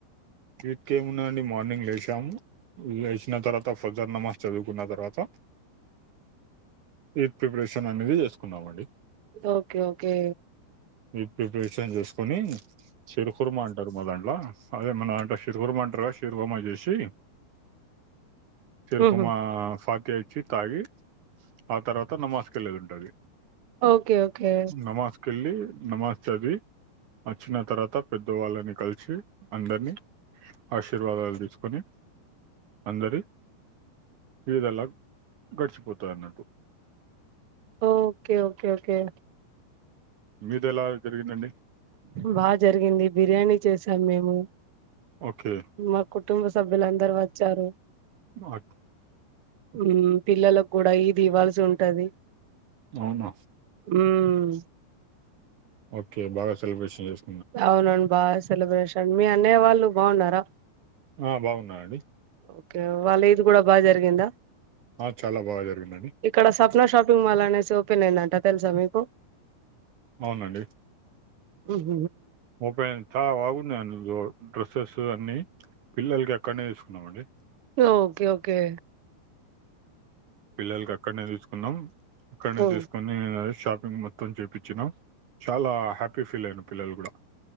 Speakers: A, on the right; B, on the right.
A: ట్ కేమున్నాందండి మార్నింగ్ లేష్ చం లెషిన తర్వాత ఫజర్ నమాజ్ చదువుకున్న తర్వాత ఈద్ ప్రిపరేషన్ అనేది చేస్కున్నామండి
B: ఓకే ఓకే
A: ఈద్ ప్రిపరేషన్ చేసుకోని చిరుకుర్మ అంటారు మా దాంట్ల అదే మన శిర్వుం అంటార్ గా శిరువర్మ జేషి చరుకుమా
B: ఉహు
A: ఫతియ ఇచ్చి తాగి ఆ తర్వాత నమాజ్ కెల్లేది ఉంటది
B: ఓకే ఓకే
A: నమాజ్కేళ్లి నమాజ్ చదివి వచ్చిన తర్వాత పెద్దవాళ్ళని కలిసి అందరినీ ఆశీర్వాదాలు తిస్కుని అందరి ఈద్ లగ్ గడిచిపోతాదన్నట్టు
B: ఓకే ఓకే ఓకే
A: మీదేలా జరిగిందండి
B: బా జరిగింది బిర్యానీ చేసాం మేము
A: ఓకే
B: మాకుటుంబ సభ్యులందరు వచ్చారు
A: ఆ
B: మ్మ్ పిల్లలక్ గూడా ఈద్ ఇవ్వాల్సి ఉంటది
A: అవున
B: ఉమ్
A: ఓకే బాగా సెలబ్రేషన్ చేస్
B: అవునవున్ బా సెలబ్రేషన్ మీ అన్నయ్య వాళ్ళు బాగున్నారా
A: ఆ బాగున్నారండి
B: ఓకే వాళ్ల ఈద్ కుడా బాగా జరిగిందా
A: ఆ, చాలా బాగా జరిగిందండి
B: ఇక్కడ స శాపింగ్ మాల్ అనేస్ ఓపెన్ అయిందంట తెల్సా మీకు
A: అవునండి
B: మ్
A: ఓపెనైంద్ చాలా బాగున్నాయి అందు లో డ్రెస్సెస్ అన్ని పిల్లలక్ అక్కన్నే తిస్కున్నామండి
B: ఒకే ఒకే
A: పిల్లలకి అక్కన్నే తిస్కున్నం అక్కన్నే
B: ఆ
A: తిస్కునీ ద్ షాప్ పింగ్ మొత్తం చెప్పించినం చాలా హ్యాపీగ ఫీల్ అఇండ్రు పిల్లలు కుడా